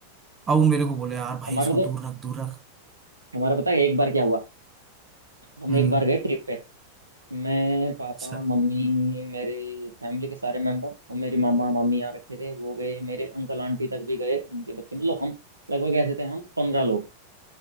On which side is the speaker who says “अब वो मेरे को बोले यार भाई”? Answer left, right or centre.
Right